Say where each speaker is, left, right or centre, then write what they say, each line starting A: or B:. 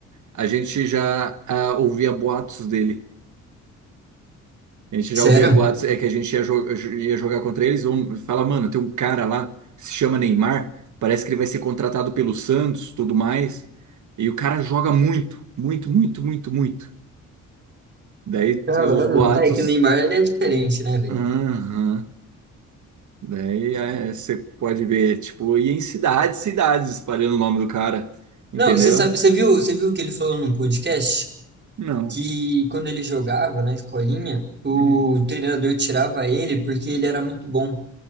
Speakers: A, on the right; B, on the right.
A: a gente já ah, ouvia boatos dele. A gente
B: Sério?
A: já ouvia boatos, é que a gente ia, jo- ia jogar contra eles. Vamos falar, mano, tem um cara lá, se chama Neymar, parece que ele vai ser contratado pelo Santos, tudo mais. E o cara joga muito, muito, muito, muito, muito. Daí
B: Caralho.
A: os boatos.
B: É que o Neymar ele é diferente, né, velho?
A: Aham. Daí é, você pode ver, tipo, e em cidades, cidades espalhando o nome do cara, entendeu?
B: Não, você sabe, você viu, você viu que ele falou num podcast
A: Não.
B: que quando ele jogava na escolinha, o
A: Hum.
B: treinador tirava ele porque ele era muito bom